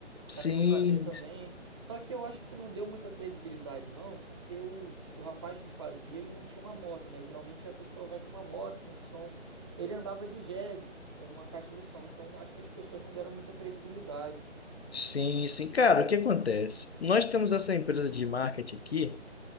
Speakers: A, on the left; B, on the right.
A: Sim,
B: Já contratei também. Só que eu acho que não deu muita credibilidade, não, porque o, o rapaz que fazia, ele não tinha uma moto, né? Geralmente a pessoa vai com uma moto, com um som. Ele andava de jegue, com a caixa de som. Então eu acho que as pessoas não deram muita credibilidade.
A: sim, sim. Cara, o que acontece? Nós temos essa empresa de marketing aqui.